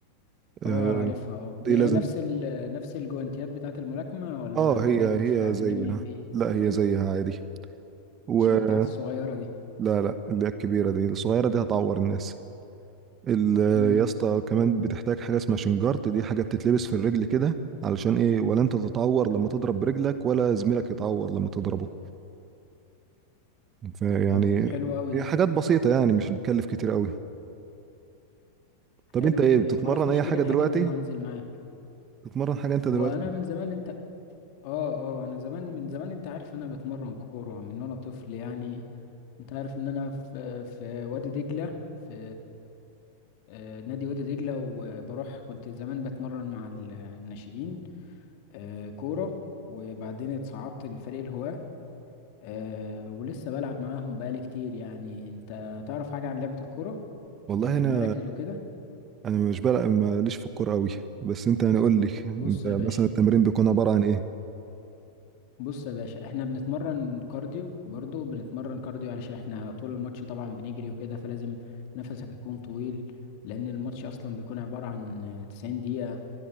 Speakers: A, on the right; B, on the left.
A: آه،
B: اه عارفها اه
A: دي
B: دي
A: لازم
B: هي نفس ال نفس الجوانتيات بتاعه الملاكمه ولا
A: اه
B: الحاجات
A: هي
B: بتاعه
A: هي زيها
B: الام ام اي
A: لا هي زيها عادي ولا
B: مش البتاعات الصغيره دي
A: لا اللي هي الكبيرة دي الصغيرة دي هتعور الناس ال-
B: امم
A: يا اسطى كمان بتحتاج حاجه اسمها شنجارت دي حاجه بتتلبس في الرجل كده علشان ايه ولا انت تتعور لما تضرب برجلك ولا زميلك يتعور لما تضربه فيعني
B: طب حلو قوي
A: هي
B: ده
A: حاجات بسيطه يعني مش بتكلف كتير قوي
B: حلو
A: طب انت ايه
B: جميل
A: بتتمرن
B: خلاص نشتري
A: اي حاجه
B: الحاجات
A: دلوقتي
B: دي وهنزل معاك
A: بتتمرن حاجه انت دلوقتي
B: هو انا
A: ولا
B: من
A: إيه؟
B: زمان انت اه اه انا زمان من زمان انت عارف انا بتمرن كورة من وانا طفل يعني انت عارف ان انا في في وادي دجلة في آه، نادي وادي دجلة وبروح كنت زمان بتمرن مع ال- الناشئين آه، كورة وبعدين اتصعدت لفريق الهواة آه، ولسه بلعب معاهم بقالي كتير يعني انت تعرف حاجة عن لعبة الكورة
A: والله
B: يعني
A: انا
B: المراكز وكده
A: انا مش بلعب ماليش في الكوره قوي بس انت يعني قول لي انت
B: بص يا
A: مثلا
B: باشا
A: التمرين بيكون عباره عن ايه
B: بص يا باشا احنا بنتمرن كارديو برضه بنتمرن كارديو علشان احنا طول الماتش طبعا بنجري وكده فلازم نفسك يكون طويل لان الماتش اصلا بيكون عبارة عن 90 دقيقة